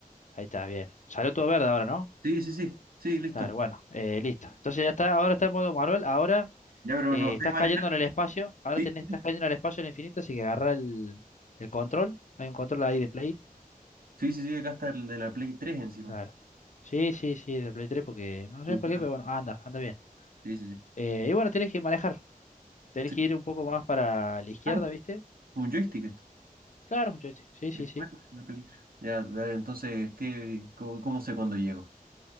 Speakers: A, on the left (about 55°); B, on the right (about 80°).
A: Ahí está, bien. Salió todo verde ahora, ¿no?
B: Sí, sí, sí. Sí, listo.
A: Claro, bueno, eh, listo. Entonces ya está, ahora está en modo Marvel. Ahora
B: Ya, pero
A: eh,
B: no sé
A: estás
B: manejar.
A: cayendo en el espacio. Ahora
B: Sí,
A: tenés,
B: sí,
A: estás
B: sí.
A: cayendo en el espacio en el infinito, así que agarra el, el control. Hay un control ahí de Play.
B: Sí, sí, sí, Acá está el de la Play 3 encima.
A: Claro. Sí, sí, sí, de Play 3, porque no sé
B: ¿Te gusta?
A: por qué, pero bueno, anda, anda bien.
B: Sí, sí, sí.
A: Eh, y bueno, tienes que manejar. Tenés
B: Sí.
A: que ir un poco más para la izquierda,
B: Ah, ya,
A: ¿viste?
B: un joystick esto.
A: Claro, es un joystick. Sí, sí,
B: El
A: sí.
B: cuadro de la Play 3. Ya, dale. Entonces, ¿qué, cómo, cómo sé cuándo llego?